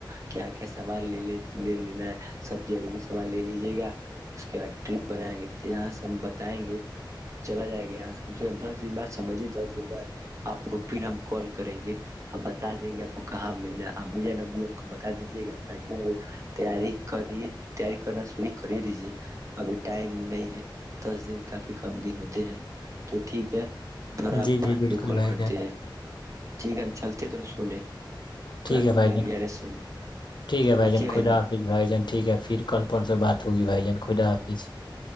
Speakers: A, on the right (about 40°); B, on the left (about 65°).
A: کیا کیا سامان لے لے لینا ہے سب جروری سامان لے لیجیے گا اس کے بعد ٹرپ بنائیں گے تو یہاں سے ہم بتائیں گے چلا جائے گا یہ کم سے کم دس دن بعد سمجھیے دس دن بعد آپ کو پھر ہم کال کریں گے آپ بتا دیں گے آپ کو کہاں ملنا ہے آپ بھی ج ان کو بتا دیجیے گا پنگ تیاری کریے تیاری کرنا شرع کر ہی دیجے ابھی ٹائم نہیں ہے دس دن کافی کم دن ہوتے ہیں تو ٹھیک ہے تھڑا
B: جی
A: بات
B: جی بالکل
A: میں کال
B: بھائی
A: کرتے
B: جان
A: ہیں ٹھیک ہے ہم چلتے تھڑا سونے تھڑا
B: ٹھیک ہے
A: نیند
B: بھائی
A: لگ
B: جان
A: ج رہے سونے
B: ٹھیک ہے
A: رکھیے بھائی
B: خدا
A: جان
B: حافظ بھائی جان ٹھیک ہے پھر کل پرن سے بات ہوگی بھائی جان خدا حافظ